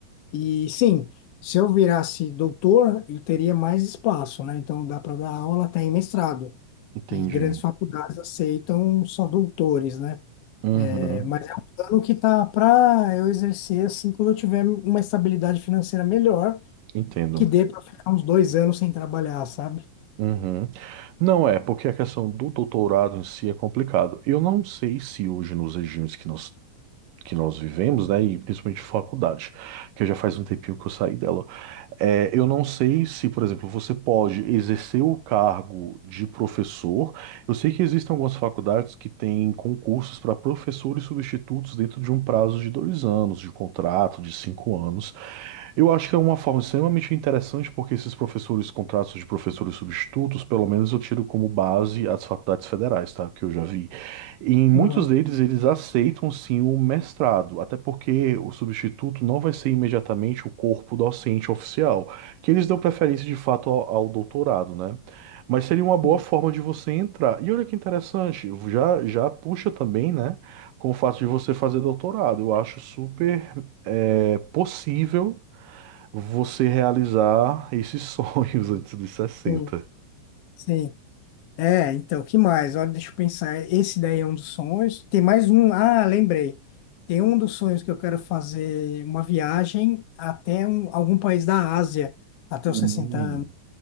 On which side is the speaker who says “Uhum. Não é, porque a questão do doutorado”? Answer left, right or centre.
Right